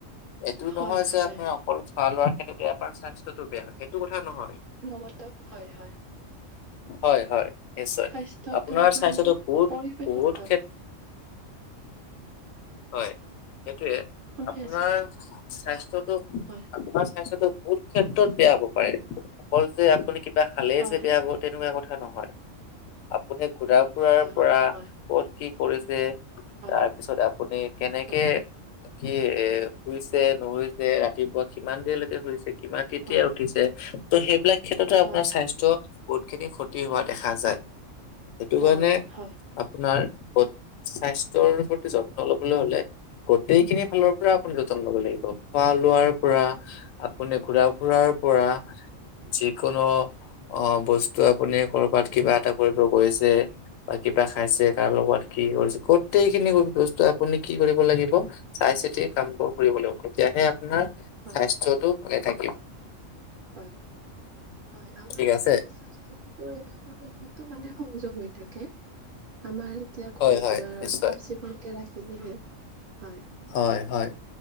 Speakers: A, on the left; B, on the right.
A: এইটো
B: হয়,
A: নহয় যে
B: হয়,
A: আপোনাৰ অকল খোৱা লোৱাৰ ক্ষেত্ৰতে আপোনাৰ স্বাস্থ্যটো বেয়া, সেইটো কথা নহয়
B: পতক হয় হয়
A: হয় হয় নিশ্চয়,
B: স্বাস্থ্যটো
A: আপোনাৰ
B: আমাৰ
A: স্বাস্থ্যটো বহুত
B: পৰিৱেশত
A: বহুত
B: হয়,
A: ক্ষে হয়, সেইটোৱে
B: শুনি
A: আপোনাৰ
B: আছো
A: স্বাস্থ্যটো
B: হয়,
A: আপোনাৰ স্বাস্থ্যটো বহুত ক্ষেত্ৰত বেয়া হব পাৰে অকল যে আপুনি খালেই
B: হয়,
A: যে বেয়া হব্ তেনেকোৱা কথা নহয়, আপুনি ঘুৰা ফুৰাৰ
B: হয়,
A: পৰা,
B: হয়,
A: কত কি কৰিছে
B: হয়,
A: তাৰপিছত আপুনি কেনেকে
B: হয়,
A: কি এ শুইছে নুশুইছে ৰাতিপুৱা কিমান দেৰিলৈকে শুইছে কেতিয়া
B: হয়,
A: উঠিছে, ত' সেইবিলাক ক্ষেত্ৰতে আপোনাৰ
B: হয়, হয়,
A: স্বাস্থ্য বহুত খিনি ক্ষতি হোৱা দেখা যায়, সেইটো
B: হয়,
A: কাৰণে
B: হয়, হয়,
A: আপোনাৰ স্বাস্থ্যৰ প্ৰতি যত্ন ল'বলৈ হলে গোটেইখিনি ফালৰ পৰা আপুনি যতন ল'ব লাগিব। খোৱা
B: হয়,
A: লোৱাৰ
B: হয়, হয়, হয়, হয়, হয়,
A: পৰা আপুনি ঘুৰা ফুৰাৰ পৰা যিকোনো অ বস্তু আপুনি কৰবাত কিবা এটা কৰিব গৈছে, বা কিবা খাইছে কাৰ লগত কি কৰিছে গোটেই খিনি বস্তু আপুনি কি কৰিব লাগিব, চাই চিতি কাম বোৰ কৰিব
B: হয়,
A: লাগিব, তেতিয়াহে আপোনাৰ
B: হয়,
A: স্বাস্থ্যটো ভালে থাকিব।
B: হয় হয়, আমাৰ
A: ঠিক আছে।
B: এনে স্বাস্থ্যৰ পৰিৱেশৰ এইটো মানে সংযোগ হৈ থাকে আমাৰ এতিয়া
A: হয়
B: ঘৰ
A: হয়
B: দুৱাৰ
A: নিশ্চয়।
B: চাফ চিকুণকে ৰাখিলেহে হয়,
A: হয় হয়